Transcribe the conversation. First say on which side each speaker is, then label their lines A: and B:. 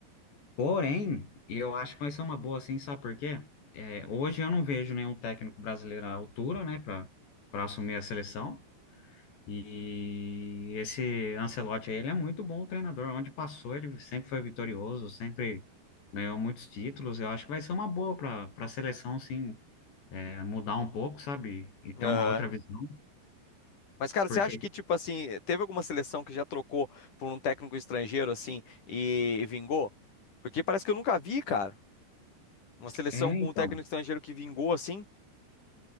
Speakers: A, on the left; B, on the left.
A: porém, eu acho que vai ser uma boa, assim, sabe por quê? É, hoje eu não vejo nenhum técnico brasileiro à altura, né, para para assumir a seleção, e esse Ancelotti aí, ele é muito bom treinador, onde passou ele sempre foi vitorioso, sempre ganhou muitos títulos, eu acho que vai ser uma boa para para a seleção, sim, é, mudar um pouco, sabe, e ter
B: Aham.
A: uma outra visão,
B: Mas, cara,
A: porque,
B: você acha que, tipo assim, teve alguma seleção que já trocou por um técnico estrangeiro, assim, e, e vingou? Porque parece que eu nunca vi, cara, uma seleção
A: é,
B: com
A: então...
B: um técnico estrangeiro que vingou, assim.